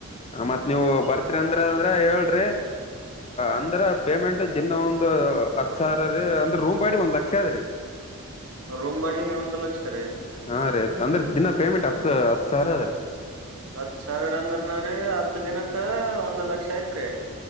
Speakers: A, on the left; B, on the right.
A: ಮತ್ತ್ ನೀವು ಬರ್ತ್ರಿ ಅಂದ್ರ ಅಂದ್ರ ಹೇಳ್ರಿ ಅಂದ್ರ ಪೇಮೆಂಟ್. ದಿನ ಒಂದು. ಹತ್ ಸಾವಿರ ರೀ ಅಂದ್ರೆ ರೂಮ್ ಬಾಡಿಗೆ ಒಂದ್ ಲಕ್ಷ ಆದದ್ರೀ ಇಲ್ಲಿ.
B: ರೂಮ್ ಬಾಡಿನೆ ಒಂದ್ ಲಕ್ಷ ರೀ
A: ಹಾರೀ ಅಂದ್ರೆ ದಿನಾ ಪೇಮೆಂಟ್ ಹತ್ತು ಹತ್ತು ಸಾವಿರ ಅದ್ರೀ.
B: ಹತ್ ಸಾವಿರ ಅಂದ್ರ ನರಿ ಹತ್ ದಿನಕ್ಕ ಒಂದ್ ಲಕ್ಷ ಐತ್ರಿ.